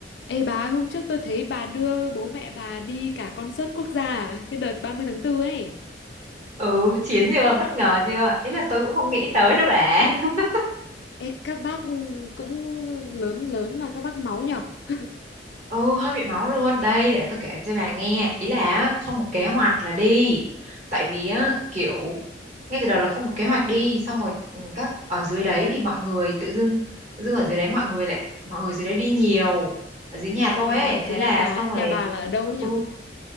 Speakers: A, on the left; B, on the right.
A: Ê bà, hôm trước tôi thấy bà đưa bố mẹ bà đi cả concert quốc gia à? cái đợt 30 tháng 4 ấy.
B: Ừ, chiến chưa? Bất ngờ chưa? Ý là tôi cũng không nghĩ tới đó bà. <laughs>
A: Ê, các bác cũng lớn lớn mà các bác máu nhở? <laughs>
B: Ừ, hơi bị máu luôn. Đây, để tôi kể cho bà nghe. Ý là á, không có kế hoạch là đi. Tại vì á, kiểu ngay từ đầu là không có kế hoạch đi. Xong rồi ừ, các ở dưới đấy thì mọi người tự dưng, tự dưng ở dưới đấy mọi người lại, mọi người dưới đấy đi nhiều. Ở dưới nhà
A: Ừ,
B: tôi ấy. Thế
A: Rồi nhà
B: là
A: bà,
B: xong
A: ấy, nhà
B: rồi,
A: bà là ở đâu ấy nhở?
B: ừ,